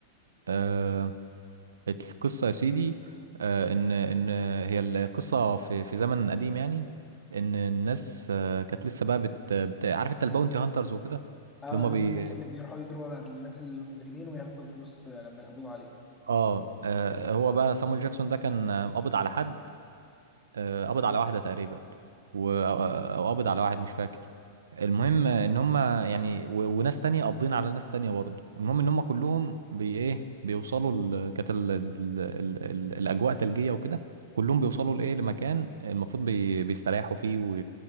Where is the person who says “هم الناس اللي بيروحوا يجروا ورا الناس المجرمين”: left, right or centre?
Left